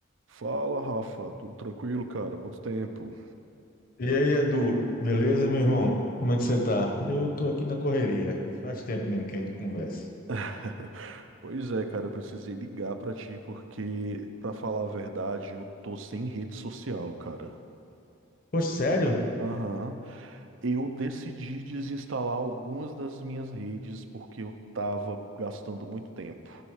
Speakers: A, on the right; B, on the left.
A: Fala, Rafa, tudo tranquilo, cara? Quanto tempo?
B: E aí, Edu, beleza, meu irmão? Como é que você tá? Eu tô aqui na correria. Faz tempo mesmo que a gente conversa.
A: <laughs> Pois é, cara, eu precisei ligar pra ti porque, pra falar a verdade, eu tô sem rede social, cara.
B: Poxa, sério?
A: Aham. Eu decidi desinstalar algumas das minhas redes porque eu tava gastando muito tempo.